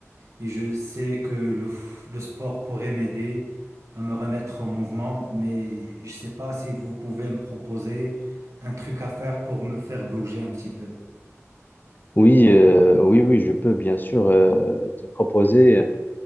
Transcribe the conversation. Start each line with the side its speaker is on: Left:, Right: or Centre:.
Right: et je sais que le, f- le sport pourrait m'aider à me remettre en mouvement, mais je ne sais pas si vous pouvez me proposer un truc à faire pour me faire bouger un petit peu.
Left: oui, euh, oui, oui, je peux bien sûr euh, te proposer